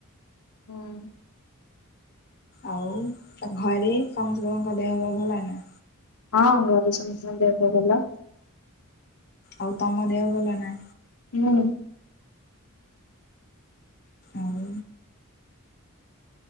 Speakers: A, on the left (about 85°); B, on the left (about 45°).
A: ହୁଁ।
B: ଆଉ ତା ଘରେ ସମସ୍ତଙ୍କ ଦେହ ପା ଭଲ ନା?
A: ହଁ ଘରେ ସମସ୍ତ ଙ୍କ ଦେହ ପା ଭଲ।
B: ଆଉ ତମ ଦେହ ଭଲ ନା?
A: ହୁଁ।
B: ଆଉ